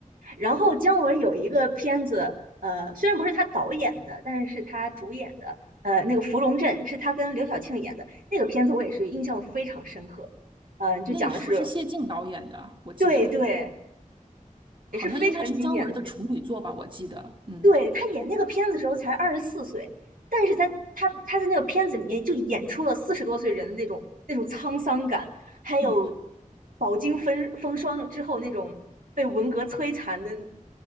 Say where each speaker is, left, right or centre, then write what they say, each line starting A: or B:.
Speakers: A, on the right (about 85°); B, on the right (about 35°).
A: 然后姜文有一个片子，呃，虽然不是他导演的，但是是他主演的，呃，那个《芙蓉镇》是他跟刘晓庆演的那个片子，我也是印象非常深刻。嗯、就讲的是，
B: 那个是不是谢晋导演的？我记得
A: 对对，也是非常经典的片子。
B: 好像应该是姜文的处女作吧，我记得。嗯
A: 对，他演那个片子的时候才二十四岁，但是在他他在那个片子里面就演出了四十多岁人的那种那种沧桑感，还有
B: 嗯
A: 饱经风风霜之后那种被文革摧残的